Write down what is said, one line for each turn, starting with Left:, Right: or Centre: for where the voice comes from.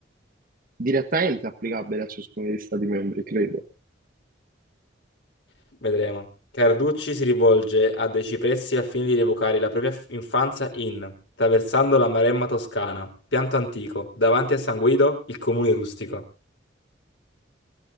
Right: Direttamente applicabile a ciascuno degli stati membri, credo.
Left: Vedremo. Carducci si rivolge a dei cipressi al fine di evocare la propria f- infanzia in Traversando la Maremma Toscana, pianto antico, davanti a San Guido, il comune rustico.